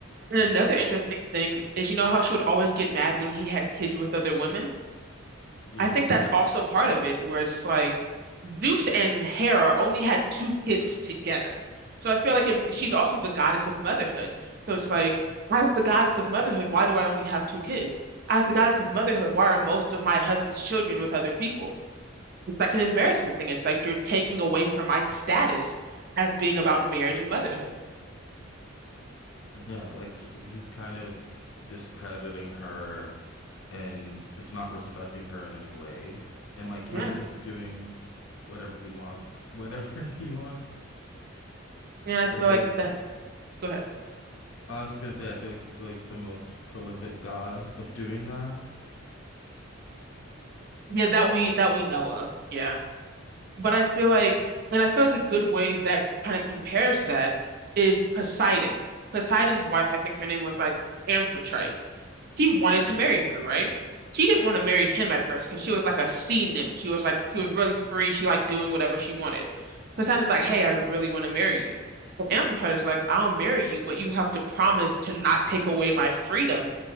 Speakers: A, on the right; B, on the left.
A: And
B: And
A: another
B: so,
A: interesting thing is, you know how she would always get mad when he had kids with other women?
B: yeah.
A: I think that's also part of it, where it's like Zeus and Hera only had two kids together. So I feel like it, she's also the goddess of motherhood. So it's like, as the goddess of motherhood, why do I only have two kids? As the goddess of motherhood, why are most of my husband's children with other people? It's like an embarrassment thing. It's like you're taking away from my status as being about marriage and motherhood.
B: Yeah, like he's kind of discrediting her and just not respecting her in any way and like kind
A: Yeah.
B: of just doing whatever he wants whenever <laughs> he wants.
A: Yeah,
B: Like
A: I feel
B: I feel
A: like
B: like
A: the
B: he,
A: Go ahead.
B: I was just gonna say I feel like he's like the most prolific god of doing that.
A: Yeah, that we that we know of. Yeah. But I feel like, and I feel like a good way that kind of compares that is Poseidon. Poseidon's wife, I think her name was like Amphitrite. He wanted to marry her, right? She didn't want to marry him at first because she was like a sea nymph. She was like, she was really free. She liked doing whatever she wanted. Poseidon's like, hey, I really want to marry you. But Amphitrite is like, I'll marry you, but you have to promise to not take away my freedom